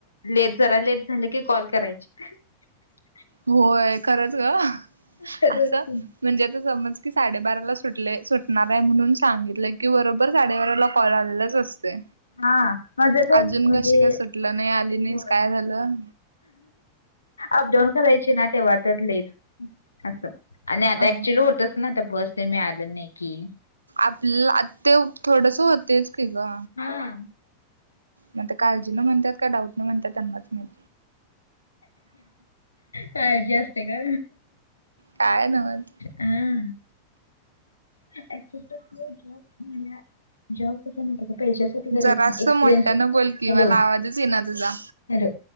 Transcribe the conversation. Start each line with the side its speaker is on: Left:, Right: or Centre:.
Left: लेट जरा लेट झालं की कॉल करायची <unintelligible>
Right: होय खरच ग
Left: खरंच
Right: असं
Left: की
Right: म्हणजे आता समज साडेबाराला सुटले सुटणार आहे म्हणून सांगितलं की बरोबर बर साडेबारा ला कॉल आलेलाच असतोय.
Left: हा माझ तर
Right: अजून
Left: म्हणजे
Right: कशी काय सुटलं नाही आली नाहीस
Left: हो
Right: काय झालं
Left: अपडाऊन करायची ना तेव्हा तर अस आणि आता
Right: अ
Left: ऍक्च्युली होतच ना आता बस मी आलं नाही की
Right: आपलं आ ते थोडस होतेच की ग.
Left: हा
Right: मग ते काळजीन म्हणतात का डाऊट न म्हणतात त्यांनाच माहीत.
Left: काळजी असते का?
Right: काय नव्हच
Left: हा. <unintelligible> पैशसाठी करायचं
Right: जरास
Left: एक्सपरयन्स
Right: मोठ्यानं बोल की
Left: हॅलो
Right: मला आवाजच येईना तुझा
Left: हॅलो.